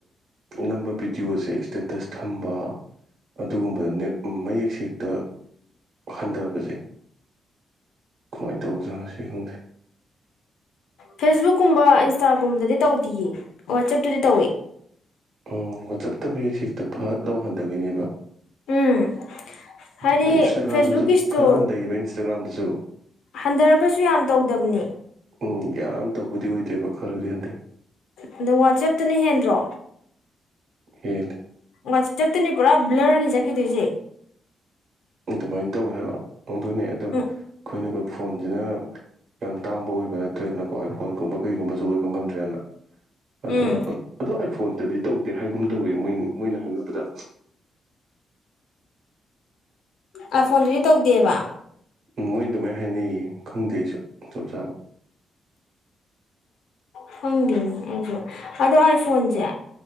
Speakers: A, on the right (about 55°); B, on the left (about 85°).
A: ꯅꯝꯕ ꯚꯤꯗꯤꯑꯣꯁꯦ ꯏꯁꯇꯦꯇꯁ ꯊꯝꯕ ꯑꯗꯨꯒꯨꯝꯕꯗ ꯅꯦꯠ ꯃꯌꯦꯛꯁꯦ ꯍꯦꯛꯇ ꯍꯟꯊꯕꯁꯦ ꯀꯃꯥꯏꯅ ꯇꯧꯕꯖꯥꯠꯅꯣ ꯁꯤ ꯈꯪꯗ꯭ꯔꯦ
B: ꯐꯦꯁꯕꯨꯛꯀꯨꯝꯕ ꯏꯟꯁꯇꯥꯒꯨꯝꯕꯗꯗꯤ ꯇꯧꯗꯦꯌꯦ ꯋꯥꯆꯞꯇꯗꯤ ꯇꯧꯋꯦ
A: ꯎꯝ ꯋꯥꯆꯞꯇ ꯃꯤꯌꯦꯛꯁꯦ ꯍꯦꯛꯇ ꯐꯠ ꯍꯟꯊꯈꯤꯅꯦꯕ
B: ꯎꯝ ꯍꯥꯏꯗꯤ
A: ꯑꯗꯣ ꯏꯟꯁꯇꯥꯒ꯭ꯔꯥꯝꯗꯁꯨ
B: ꯐꯦꯁꯕꯨꯛꯀꯤ ꯏꯁꯇꯣ
A: ꯈꯔ ꯍꯟꯊꯈꯤꯕ ꯏꯟꯁꯇꯥꯒ꯭ꯔꯥꯝꯗꯁꯨ
B: ꯍꯟꯊꯔꯒꯁꯨ ꯌꯥꯝ ꯇꯧꯗꯕꯅꯦ
A: ꯎꯝ ꯌꯥꯝ ꯇꯧꯕꯗꯤ ꯑꯣꯏꯗꯦꯕ ꯈꯔꯗꯤ ꯍꯟꯊꯩ
B: ꯑꯗꯣ ꯋꯥꯆꯦꯞꯇꯅ ꯍꯦꯟꯗ꯭ꯔꯣ
A: ꯍꯦꯜꯂꯤ
B: ꯋꯥꯆꯞꯇꯅꯤ ꯄꯨꯔꯥ ꯕ꯭ꯂꯔꯅꯦ ꯆꯠꯈꯤꯗꯣꯏꯁꯦ
A: ꯑꯗꯨꯃꯥꯏꯅ ꯇꯧꯋꯦ ꯍꯥꯏꯕꯗꯨꯅꯦ ꯑꯗꯣ
B: ꯎꯝ
A: ꯑꯩꯈꯣꯏꯅ ꯐꯣꯟꯁꯤꯅ ꯌꯥꯝ ꯇꯥꯡꯕ ꯑꯣꯏꯕ ꯅꯠꯇ꯭ꯔꯦꯗꯅꯀꯣ ꯑꯥꯢꯐꯣꯟꯒꯨꯝꯕ ꯀꯩꯒꯨꯝꯕꯁꯨ ꯑꯣꯏꯕ ꯉꯝꯗ꯭ꯔꯦꯅ ꯑꯗꯣ
B: ꯎꯝ
A: ꯑꯗꯣ ꯑꯩꯥꯏꯐꯣꯟꯇꯗꯤ ꯇꯧꯗꯦ ꯍꯥꯏꯒꯨꯝ ꯇꯧꯋꯦ ꯃꯣꯏ ꯃꯣꯏꯅ ꯍꯥꯏꯅꯕꯗ
B: ꯑꯩꯢ ꯐꯣꯟꯗꯨꯗꯤ ꯇꯧꯗꯦꯕ
A: ꯎꯝ ꯃꯣꯏꯅ ꯑꯗꯨꯃꯥꯏꯅ ꯍꯥꯏꯅꯩꯌꯦ ꯈꯪꯗꯦ ꯑꯩꯁꯨ ꯆꯥꯞ ꯆꯥꯕ
B: ꯈꯪꯗꯦ ꯑꯩꯁꯨ ꯑꯗꯣ ꯑꯩꯥꯏ ꯐꯣꯟꯁꯦ